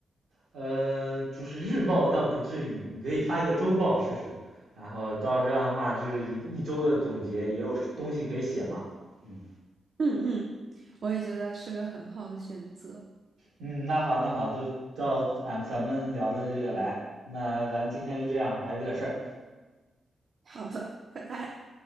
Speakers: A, on the right; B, on the right.
A: 呃，就是日报倒不至于，你可以发一个周报试试，然后到这样的话，就是一一周的总结也有东西可以写嘛。嗯
B: 嗯嗯，我也觉得是个很好的选择。
A: 嗯，那好那好，都到咱咱们聊的这个来，那咱今天就这样，我还有点事儿。
B: 好的，拜拜。